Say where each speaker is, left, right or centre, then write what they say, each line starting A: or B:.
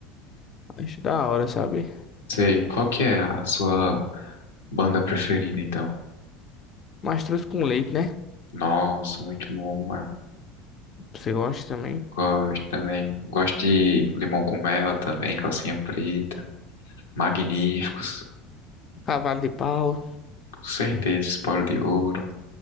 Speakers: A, on the left (about 35°); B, on the left (about 80°).
A: acho da hora, sabe?
B: Sei, qual que é a sua banda preferida, então?
A: Mastruz com leite, né?
B: Nossa, muito bom, mano.
A: Você gosta também?
B: Gosto também. Gosto de Limão com Mel também, Calcinha Preta. Magníficos.
A: Cavalo de pau.
B: Com certeza, Esporo de Ouro.